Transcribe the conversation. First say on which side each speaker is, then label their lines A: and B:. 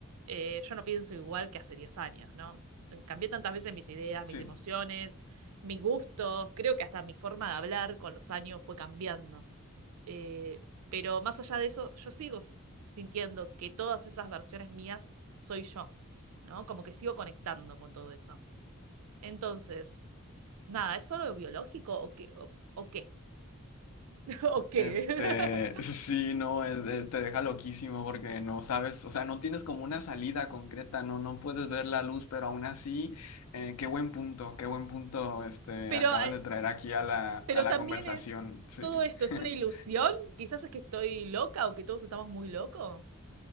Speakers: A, on the right (about 90°); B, on the left (about 80°).
A: Eh, yo no pienso igual que hace 10 años, ¿no? Cambié tantas veces mis ideas,
B: Sí.
A: mis emociones, mis gustos, creo que hasta mi forma de hablar con los años fue cambiando. Eh, pero más allá de eso, yo sigo s- sintiendo que todas esas versiones mías soy yo, ¿no? Como que sigo conectando con todo eso. Entonces, nada, ¿es solo biológico o qué? ¿O, o qué? <laughs> ¿O qué?
B: Este,
A: <laughs>
B: <laughs> sí, no, es- es- te deja loquísimo porque no sabes, o sea, no tienes como una salida concreta, no, no puedes ver la luz, pero aún así, eh, qué buen punto, qué buen punto, este,
A: Pero
B: acabas
A: eh,
B: de traer aquí a la,
A: Pero
B: a la
A: también
B: conversación,
A: es,
B: sí.
A: todo esto es
B: <laughs>
A: una ilusión, quizás es que estoy loca o que todos estamos muy locos,